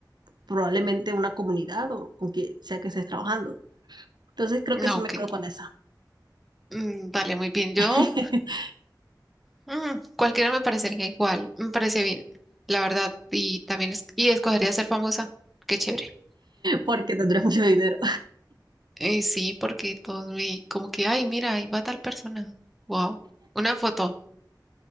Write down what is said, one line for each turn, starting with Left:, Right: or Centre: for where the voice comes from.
Right: probablemente una comunidad o con quien sea que estés trabajando. Entonces creo
Centre: No,
Right: que sí me
Centre: que,
Right: quedo con esa,
Centre: mm, vale, muy bien. Yo
Right: <laughs>
Centre: Mm, cualquiera me parecería igual, me parece bien, la verdad, y también es, y escogería ser famosa, qué chévere.
Right: porque tendré mucho dinero.
Centre: Eh, sí, porque todos me, como que, ay, mira, ahí va tal persona, wow, una foto,